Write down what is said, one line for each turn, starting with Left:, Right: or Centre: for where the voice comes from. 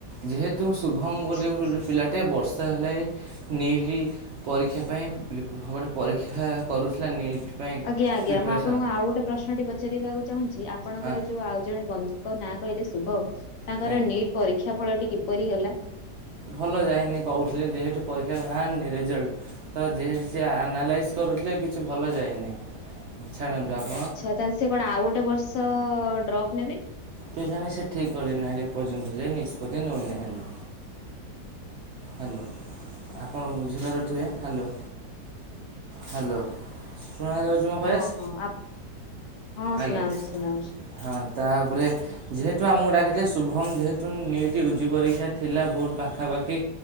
Right: ଯେହେତୁ ଶୁଭମ୍
Left: ଆଚ୍ଛା
Right: ବୋଲି ଗୋଟେ ପିଲାଟେ ବର୍ଷ ହେଲାଇଁ ନିଟ୍ ପରୀକ୍ଷା ପାଇଁ ପି-ପି ଭଲରେ ପରୀକ୍ଷା କରୁଥିଲା ନିଟ୍। ପାଇଁ
Left: ଆଜ୍ଞା ଆଜ୍ଞା।
Right: ପ୍ରିପାରେସନ୍
Left: ମୁଁ ଆପଣଙ୍କୁ ଆଉ ଗୋଟେ ପ୍ରଶ୍ନଟି ପଚାରିବାକୁ ଚାହୁଁଛି ଆପଣଙ୍କର
Right: ହଁ
Left: ଯୋଉ ଆଉ ଜଣେ ବନ୍ଧୁ ତାଙ୍କ ନାଁ କହିଲେ ଶୁଭମ୍। ତାଙ୍କର
Right: ଆଜ୍ଞା
Left: ନିଟ୍ ପରୀକ୍ଷା ଫଳଟି କିପରି ହେଲା?
Right: ଭଲ ଯାଇନି କହୁଥିଲି। ଯେହେତୁ ପରୀକ୍ଷା ଭାଆରିନି ରେଜଲ୍ଟ। ତ ଯିଏ ସିଏ ଆନାଲାଇସ୍ କରୁଥିଲେ କିଛି ଭଲ ଯାଇନି। ଛାଡ଼ନ୍ତୁ। ଆପଣ
Left: ଆଚ୍ଛା। ତା ହେଲେ ସେ କଣ ଆଉ ଗୋଟେ ବର୍ଷ ଡ୍ରପ୍ ନେବେ?
Right: କିଏ ଜାଣେ? ସେ ଠିକ୍ କରି ନାହିଁରେ ଏପର୍ଯ୍ୟନ୍ତରେ ନିଷ୍ପତ୍ତି ନଉନାହିଁ। ହ୍ୟାଲୋ। ଆପଣ ବୁଝିପାରୁଥିବେ। ହ୍ୟାଲୋ। ହ୍ୟାଲୋ। ଶୁଣାଯାଉଛି। ମୋ ଭଏସ୍
Left: ହଁ ହଁ ଆ ହଁ,
Right: ଆଜ୍ଞା
Left: ଶୁଣାଉଛି ଶୁଣାଉଛି।
Right: ହଁ, ତା ପରେ ଯେହେତୁ ଆମକୁ ଡାକିଥି ଶୁଭମ୍ ଯେହେତୁ ନିଇଟି ୟୁଜି ପରୀକ୍ଷା ଥିଲା ବହୁତ ପାଖାପାଖି।